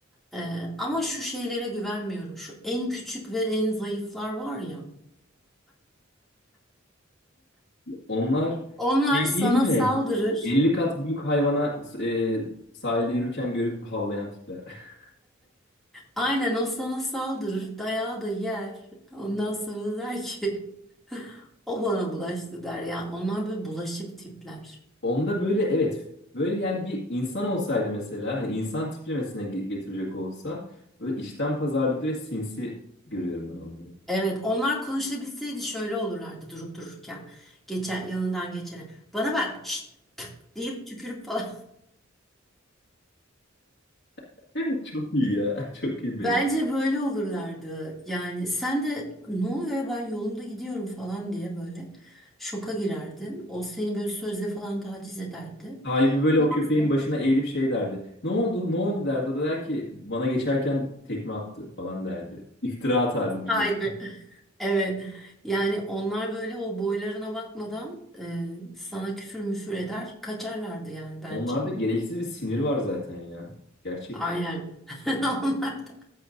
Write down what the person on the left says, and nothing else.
Onlar
şey
değil mi?
50 kat büyük hayvana e, sahilde yürürken görüp havlayan tipler. <laughs>
Onda böyle evet. Böyle yani bir insan olsaydı mesela hani insan tiplemesine ge- getirecek olsa böyle işten pazarlıklı ve sinsi görüyorum ben onları.
<laughs> Çok iyi ya. <laughs> Çok
iyi
benziyor.
Sahibi böyle
o köpeğin başına eğilip şey derdi. Ne oldu? Ne oldu derdi. O da der ki bana geçerken tekme attı falan derdi. İftira atardı millet.
Onlarda gereksiz bir sinir var zaten ya. Gerçekten.